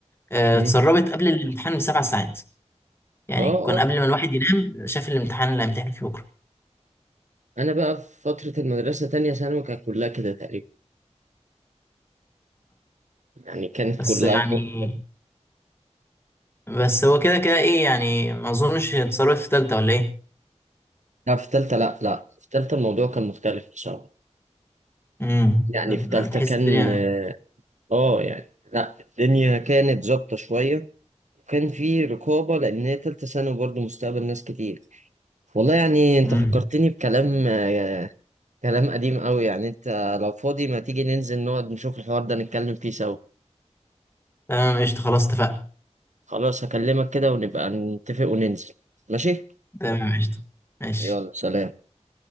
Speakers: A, on the left; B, on the right.
A: آه،
B: امم
A: اتسربت قبل الامتحان بسبع ساعات يعني
B: اه
A: كان
B: اه
A: قبل ما الواحد ينام شاف الامتحان اللي هيمتحن فيه بكرة
B: انا بقى في فترة المدرسة تانية ثانوي كانت كلها كده تقريبا يعني كانت
A: بس
B: كلها
A: يعني
B: الحوار
A: بس هو كده كده إيه يعني ما أظنش اتسربت في تالتة ولا إيه؟
B: لا في تالتة لا لا في تالتة الموضوع كان مختلف بصراحة
A: امم
B: يعني في تالتة
A: تحس
B: كان
A: الدنيا
B: اه آه، يعني لا الدنيا كانت ظابطة شوية وكان في رقابة لأن هي تالتة ثانوي برضه مستقبل ناس كتير والله يعني انت
A: امم
B: فكرتني بكلام آه، كلام قديم قوي يعني انت لو فاضي ما تيجي ننزل نقعد نشوف الحوار ده نتكلم فيه سوا
A: تمام قشطة خلاص اتفقنا
B: خلاص هكلمك كده ونبقى نتفق وننزل ماشي
A: تمام قشطة ماشي
B: يلا سلام